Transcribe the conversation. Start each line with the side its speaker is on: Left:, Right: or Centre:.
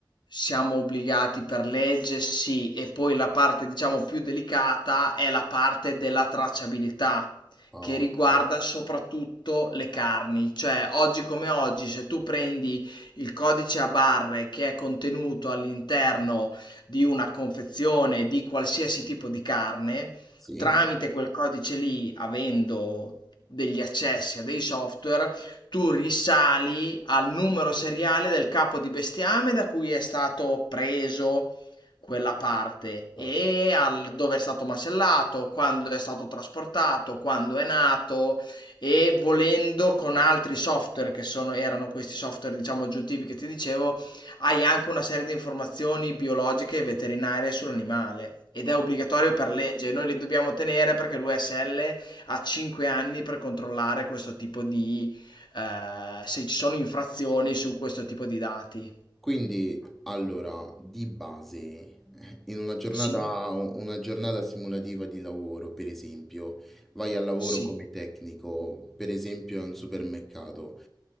Left: siamo obbligati per legge, sì, e poi la parte diciamo più delicata è la parte della tracciabilità
Centre: Ah,
Left: che riguarda
Centre: ok,
Left: soprattutto le carni, cioè oggi come oggi se tu prendi il codice a barre che è contenuto all'interno di una confezione di qualsiasi tipo di carne,
Centre: sì,
Left: tramite quel codice lì, avendo degli accessi a dei software, tu risali al numero seriale del capo di bestiame da cui è stato preso quella parte e
Centre: Ah,
Left: al dove è stato macellato, quando è stato trasportato, quando è nato e volendo con altri software che sono, erano questi software diciamo aggiuntivi che ti dicevo, hai anche una serie di informazioni biologiche e veterinarie sull'animale ed è obbligatorio per legge. Noi li dobbiamo tenere perché l'USL ha 5 anni per controllare questo tipo di eh, se ci sono infrazioni su questo tipo di dati.
Centre: Quindi, allora, di base, in una giornata,
Left: Sì,
Centre: una giornata simulativa di lavoro, per esempio, vai al lavoro
Left: sì.
Centre: come tecnico, per esempio, in un supermercato,